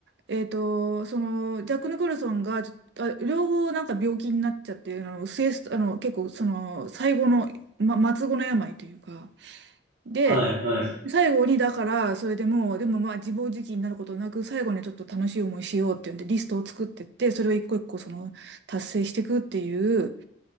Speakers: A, on the right; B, on the right.
A: えっと、その、ジャック・ニコルソンが、ちょあ両方なんか病気になっちゃって、あの、末すあの、結構、その、最後の、ま、末後の病というか、で、
B: はい、はい。
A: 最後にだから、それでもう、でもまあ自暴自棄になることなく、最後にちょっと楽しい思いしようっていうんで、リストを作ってって、それを一個一個その達成していくっていう、